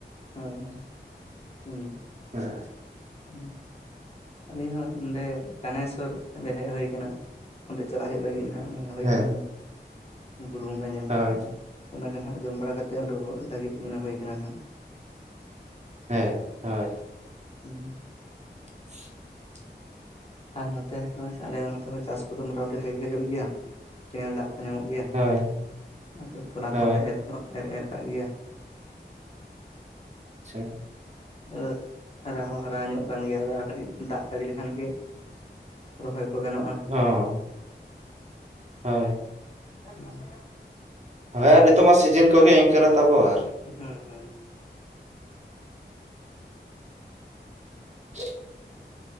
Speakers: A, on the left; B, on the right.
A: ᱦᱮᱸ, ᱦᱮᱸ, ᱦᱮᱸ <unintelligible>
B: ᱦᱮᱸ <unintelligible>
A: ᱦᱩᱸ <unintelligible> ᱟᱹᱞᱤᱧ ᱦᱚᱸ ᱱᱚᱸᱰᱮ ᱠᱟᱹᱱᱦᱟᱹᱭᱥᱚᱨ ᱾ ᱨᱮ ᱦᱮᱡ ᱦᱩᱭ ᱟᱠᱟᱱᱟ ᱾ ᱚᱸᱰᱮ ᱪᱟᱞᱟᱜ ᱦᱩᱭᱩᱜ ᱞᱟᱹᱜᱤᱫ ᱱᱟᱦᱟᱜ᱾ ᱢᱚᱱᱮ ᱦᱩᱭ
B: ᱦᱮᱸ
A: ᱠᱟᱱᱟ ᱵᱩᱨᱩ ᱵᱚᱸᱜᱟ ᱧᱮᱞ᱾
B: ᱦᱳᱭ
A: ᱚᱱᱟᱜᱮ ᱟᱜ ᱡᱚᱢ ᱵᱟᱲᱟ ᱠᱟᱛᱮ ᱩᱰᱩᱠᱚᱜ ᱞᱟᱹᱜᱤᱫ ᱢᱚᱱᱮ ᱦᱩᱭ ᱠᱟᱱᱟ ᱱᱟᱜ᱾
B: ᱦᱮᱸ ᱦᱳᱭ
A: <inaudible>
B: <inaudible>
A: ᱟᱨ ᱱᱚᱛᱮ ᱦᱚᱸ ᱟᱞᱮ ᱱᱚᱛᱮ ᱦᱚᱸ ᱪᱟᱥ ᱠᱚᱫᱚ ᱢᱚᱴᱟ ᱢᱩᱴᱤ ᱵᱷᱟᱜᱮ ᱜᱮ ᱦᱩᱭᱩᱜ ᱜᱮᱭᱟ ᱾ ᱠᱮᱱᱮᱞ ᱫᱟᱜ ᱧᱟᱢᱚᱜ ᱜᱮᱭᱟ,
B: ᱦᱳᱭ
A: ᱟᱫᱚ ᱛᱚᱞᱟ
B: ᱦᱳᱭ
A: ᱠᱚᱦᱚᱸ ᱞᱮ ᱮᱨ ᱠᱚ ᱮᱨ ᱮᱨ ᱠᱟᱜ ᱜᱮᱭᱟ᱾
B: ᱟᱪᱪᱷᱟ᱾
A: ᱟᱫᱚ ᱦᱟᱨᱟ ᱦᱚᱸ ᱦᱟᱨᱟ ᱧᱚᱜ ᱟᱠᱟᱱ ᱜᱮᱭᱟ, ᱟᱨ ᱠᱟᱹᱴᱤᱡ ᱫᱟᱜ ᱡᱟᱹᱲᱤ ᱞᱮᱠᱷᱟᱱ ᱜᱮ ᱨᱚᱦᱚᱭ ᱠᱚ ᱜᱟᱱᱚᱜᱼᱟ᱾
B: ᱦᱚᱸ ᱦᱳᱭ᱾
A: <unintelligible>
B: ᱦᱮᱸ ᱟᱨ ᱱᱤᱛᱚᱜ ᱢᱟ ᱥᱤᱡᱤᱱ ᱠᱚᱜᱮ ᱤᱝᱠᱟᱹᱱᱟ ᱛᱟᱵᱚ ᱟᱨ
A: ᱦᱚᱸ ᱦᱚᱸ
B: <inaudible>